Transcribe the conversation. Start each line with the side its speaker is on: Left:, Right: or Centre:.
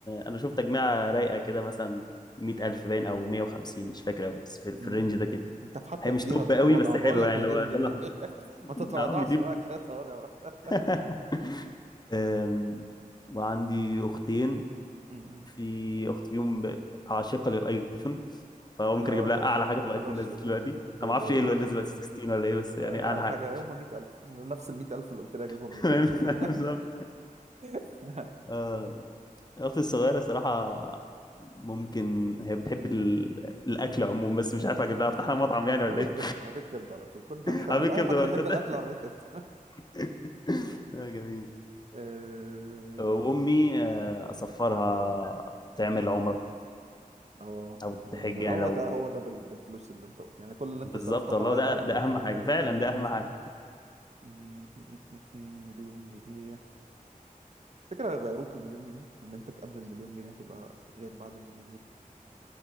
Left: انا شوف تجميعة رايقة كده مثلا 100000 باين او 150 مش فاكر أوي بس في,
Right: مم.
Left: في الرينج ده كده
Right: انت في- حتى
Left: هي مش
Right: في دي
Left: توب
Right: هتتواضع
Left: قوي بس
Right: بقول
Left: حلو
Right: لك
Left: يعني
Right: مليون
Left: اللي هو ده
Right: جنيه
Left: اللي أنا
Right: <laughs>
Left: حاطه.
Right: ما تتواضعش
Left: <laughs> اه مليون
Right: بقى كفايه تواضع بقى
Left: <laughs> أم، وعندي اختين
Right: مم.
Left: في اخت فيهم ب- عاشقه للايفون فممكن
Right: اه
Left: اجيب لها
Right: ده ده
Left: اعلى حاجه
Right: خلاص
Left: في الايفون نازل
Right: كده
Left: دلوقتي
Right: أنا- باي
Left: انا ما
Right: باي
Left: اعرفش ايه اللي
Right: أنا-
Left: نازل دلوقتي 16 ولا ايه بس يعني
Right: ايوه
Left: اعلى
Right: على
Left: حاجه
Right: حاجه يوم 100000 نفس ال 100000 اللي قلت لي اجيبهم
Left: <laughs>
Right: لبابا هدايا
Left: بالظبط
Right: <laughs>
Left: آه، اختي الصغيره صراحه ممكن هي بتحب ال- الاكل عموما بس مش عارف اجيب
Right: مم.
Left: لها افتح لها مطعم يعني
Right: عربية
Left: ولا ايه
Right: كبدة عربية كبدة على طول كنت
Left: <laughs>
Right: ح- انا
Left: عامل كبده
Right: اي حد
Left: ورد
Right: بيحب
Left: تصدق
Right: الاكل عربية كبدة
Left: <laughs> آه، جميل
Right: <laughs> اه
Left: وامي آه، اصفرها تعمل عمره
Right: آه،
Left: او
Right: جميلة
Left: تحج يعني
Right: هو
Left: لو
Right: ده هو ده بال- بالفلوس اللي انت يعني كل اللي انت
Left: بالظبط
Right: صرفته حمادة
Left: والله ده
Right: ودي
Left: ده اهم
Right: بيديها
Left: حاجه
Right: حاجة
Left: فعلا
Right: تانية
Left: ده
Right: خالص
Left: اهم حاجه
Right: م- م- م- م- مليون جنيه تفتكر هيغيروك المليون جنيه اما انت قبل المليون جنيه هتبقى غير بعد المليون جنيه